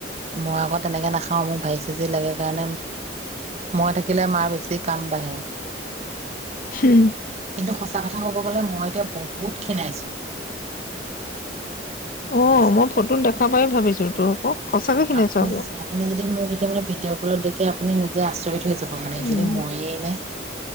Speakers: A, on the right (about 35°); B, on the left (about 45°).
A: মই আকৌ তেনেকে নাখাও মোক ভাজি চাজি লাগে কাৰণে, মই থাকিলে মাৰ বেছি তে কাম বাঢ়ে।
B: হম।
A: কিন্তু সঁচা কথা ক'ব গ'লে মই এতিয়া বহুত খিনাইছো। বহুত খিনাইছা,
B: অ', মই ফটোত দেখা পাই ভাবিছো তোৰ আকৌ সঁচাকে খিনাইছো
A: আপনি
B: আকৌ।
A: আপুনি যদি মোক এতিয়া মানে ভিডিঅ' কলত দেখে নিজে আচৰি হৈ যাও
B: উম,
A: এনে মইয়ে নে।